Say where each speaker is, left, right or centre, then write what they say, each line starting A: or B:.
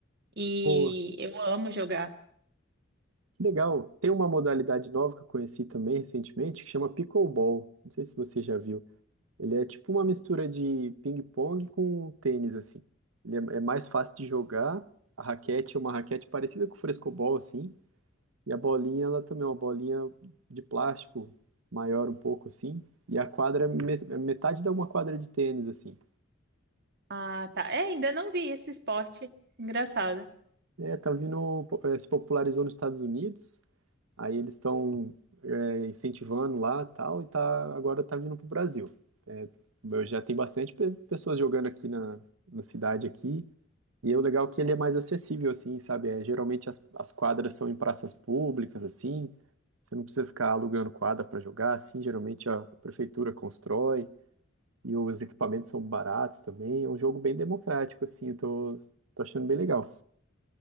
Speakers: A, on the right (about 55°); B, on the right (about 85°).
A: e
B: Boa.
A: eu amo jogar.
B: Que legal. Tem uma modalidade nova que eu conheci também recentemente, que chama pickleball. Não sei se você já viu. Ele é tipo uma mistura de ping-pong com tênis, assim. Ele é, é mais fácil de jogar. A raquete é uma raquete parecida com o frescobol, assim. E a bolinha, ela também é uma bolinha de plástico, maior um pouco, assim. E a quadra é me- é metade da uma quadra de tênis, assim.
A: Ah, tá. É, ainda não vi esse esporte. Engraçado.
B: É, tá vindo, po- eh, se popularizou nos Estados Unidos. Aí eles estão incentivando lá, tal. E tá, agora tá vindo pro Brasil. É, eu já tem bastante pe- pessoas jogando aqui na, na cidade aqui. E é o legal é que ele é mais acessível, assim, sabe? É, geralmente as, as quadras são em praças públicas, assim. Você não precisa ficar alugando quadra para jogar, assim. Geralmente a, a prefeitura constrói e os equipamentos são baratos também. É um jogo bem democrático, assim. Eu tô, tô achando bem legal.